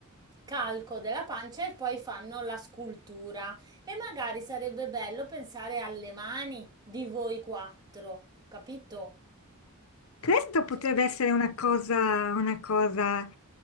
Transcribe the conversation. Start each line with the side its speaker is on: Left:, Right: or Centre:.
Right: calco della pancia e poi fanno la scultura. E magari sarebbe bello pensare alle mani di voi quattro, capito?
Left: Questo potrebbe
Right: Cioè,
Left: essere una cosa, una cosa,